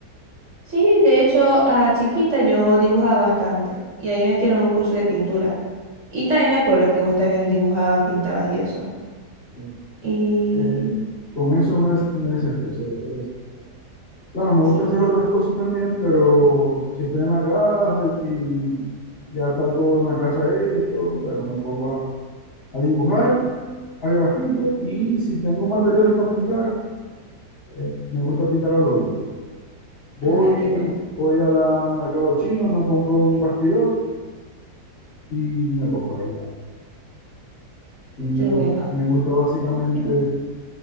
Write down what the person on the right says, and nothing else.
sí, de hecho, a chiquita yo dibujaba bastante y ahí me metieron en un curso de pintura. Y también me acuerdo que vos también dibujabas, pintabas y eso.
Y
sí,
ay, qué bueno,
qué
bueno.